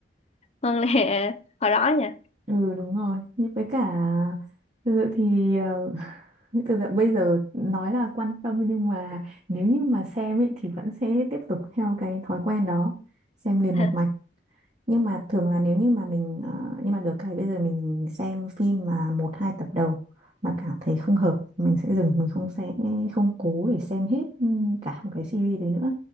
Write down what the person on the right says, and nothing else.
ừ đúng rồi như với cả thực sự thì ờ, <laughs> thực sự bây giờ nói là quan tâm nhưng mà nếu như mà xem ý, thì vẫn sẽ tiếp tục theo cái thói quen đó xem liền
một mạch nhưng mà thường là nếu như mà mình ờ, nhưng mà được cái bây giờ mình xem phim mà một hai tập đầu mà cảm thấy không hợp mình sẽ dừng mình không sẽ không cố để xem hết ừ, cả một cái series đấy nữa